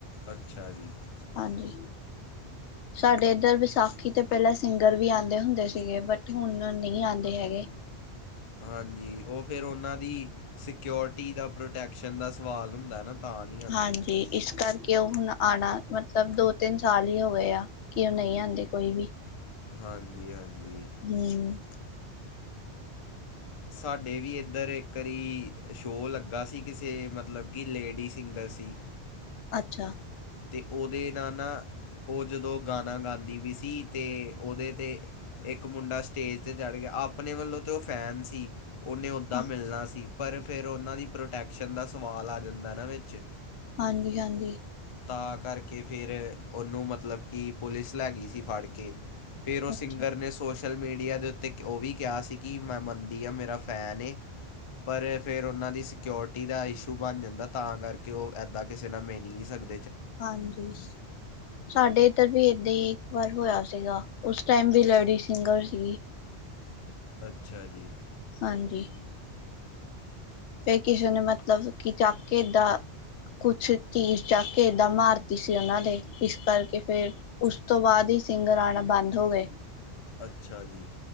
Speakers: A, on the left; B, on the left.
A: ਅੱਛਾ ਜੀ
B: ਹਾਂਜੀ ਸਾਡੇ ਇੱਧਰ ਵਿਸਾਖੀ ਤੇ ਪਹਿਲਾਂ ਸਿੰਗਰ ਵੀ ਆਉਂਦੇ ਹੁੰਦੇ ਸੀਗੇ ਬਟ ਹੁਣ ਨਹੀਂ ਆਉਂਦੇ ਹੈਗੇ
A: ਹਾਂਜੀ ਉਹ ਫਿਰ ਪਤਾ ਨਹੀਂ ਬਲਜੀਤ ਭਾਰੀ ਕਰਨਾ ਕਹਿੰਦਾ ਸਿੱਕੇ ਕੀ ਬਲਜੀਤ ਭਾਜੀ ਕਰਨਾ ਕਾਹਦਾ ਜਿੱਕੇਗੀ ਉਹਨਾਂ ਦੀ ਸਿਕਿਉਰਟੀ ਦਾ ਪ੍ਰੋਡਕਟ ਐਕਸ਼ਨ ਦਾ ਸਵਾਲ ਹੁੰਦਾ ਹੈ ਨਾ ਤਾਂ ਨਹੀਂ ਆਉਂਦੇ
B: ਹਾਂਜੀ ਇਸ ਕਰਕੇ ਕਿ ਉਹ ਹੁਣ ਆਉਣਾ ਮਤਲਬ ਦੋ ਤਿੰਨ ਸਾਲ ਹੀ ਹੋ ਗਏ ਆ ਕਿ ਉਹ ਨਹੀਂ ਆਉਂਦੇ ਕੋਈ ਵੀ
A: ਹਾਂਜੀ ਹਾਂਜੀ
B: ਹੂੰ
A: ਸਾਡੇ ਵੀ ਇੱਧਰ ਇੱਕ ਵਾਰੀ ਸ਼ੋਅ ਲੱਗਾ ਸੀ ਕਿਸੇ ਮਤਲਬ ਕਿ ਲੇਡੀ ਸਿੰਗਰ ਸੀ
B: ਅੱਛਾ
A: ਤੇ ਉਹਦੇ ਨਾਲ ਨਾ ਉਹ ਜਦੋਂ ਗਾਣਾ ਗਾਉਂਦੀ ਵੀ ਸੀ ਤੇ ਉਹਦੇ ਤੇ ਇੱਕ ਮੁੰਡਾ ਸਟੇਜ ਤੇ ਚੜ੍ਹ ਗਿਆ ਆਪਣੇ ਵੱਲੋਂ ਤਾਂ ਉਹ ਫੈਨ ਸੀ ਉਹਨੇ ਉੱਦਾਂ
B: ਹਾਂ
A: ਮਿਲਣਾ ਸੀ ਪਰ ਫਿਰ ਉਹਨਾਂ ਦੀ ਪ੍ਰੋਟੈਕਸ਼ਨ ਦਾ ਸਵਾਲ ਆ ਜਾਂਦਾ ਨਾ ਵਿੱਚ
B: ਹਾਂਜੀ ਹਾਂਜੀ
A: ਤਾਂ ਕਰਕੇ ਫਿਰ ਉਹਨੂੰ ਮਤਲਬ ਕਿ ਪੁਲਿਸ ਲੈ ਗਈ ਸੀ ਫੜ ਕੇ ਫਿਰ ਉਹ ਸਿੰਗਰ
B: ਅੱਛਾ
A: ਨੇ ਸੋਚ ਸੋਸ਼ਲ ਮੀਡੀਆ ਦੇ ਉੱਤੇ ਉਹ ਵੀ ਕਿਹਾ ਸੀ ਕਿ ਮੈਂ ਮੰਨਦੀ ਹਾਂ ਮੇਰਾ ਫੈਨ ਏ ਪਰ ਫਿਰ ਉਹਨਾਂ ਦੀ ਸਕਿਓਰਟੀ ਦਾ ਇਸ਼ੂ ਬਣ ਜਾਂਦਾ ਤਾਂ ਕਰਕੇ ਉਹ ਇੱਦਾਂ ਕਿਸੇ ਨਾਲ ਮਿਲ ਨਹੀਂ ਸਕਦਾ
B: ਹਾਂਜੀ ਸਾਡੇ ਇੱਧਰ ਵੀ ਦੇ ਇੱਕ ਵਾਰ ਹੋਇਆ ਸੀਗਾ ਉਸ ਟਾਈਮ ਵੀ ਲੇਡੀ ਸਿੰਗਰ ਸੀਗੀ
A: ਅੱਛਾ ਜੀ
B: ਹਾਂਜੀ ਫਿਰ ਕਿਸੇ ਨੇ ਮਤਲਬ ਕਿ ਚਾਹ ਕੇ ਏਦਾਂ ਕੁਛ ਧੀ ਚ ਕੇ ਏਦਾਂ ਮਾਰਤੀ ਸੀ ਉਹਨਾਂ ਦੇ ਇਸ ਕਰਕੇ ਫਿਰ ਉਸ ਤੋਂ ਬਾਅਦ ਹੀ ਸਿੰਘ ਰਾਣਾ ਬੰਦ ਹੋ ਗਏ
A: ਅੱਛਾ ਜੀ